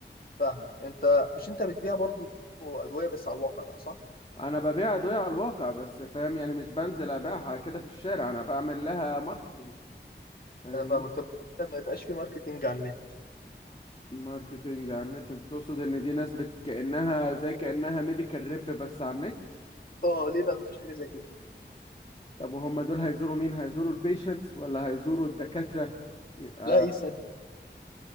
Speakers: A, on the left (about 50°); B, on the left (about 30°).
A: فاهمك أنت مش أنت بتبيع برضو أدوية بس على الواقع بقى صح؟
B: انا ببيع ادويه على الواقع بس فاهم يعني مش بنزل ابيعها كده في الشارع انا بعمل لها ماركتينج فاهمني
A: أنا فاهمك طب ما يبقاش في ماركتينج على النت
B: ماركتينج على النت انت تقصد ان دي ناس بت... كانها زي كانها ميديكال ريب بس على النت
A: اه ليه بقى ما فيش حاجة زي كده؟
B: طب وهم دول هيزوروا مين هيزوروا البيشنتس ولا هيزوروا الدكاترة يبقى
A: لا يستهد...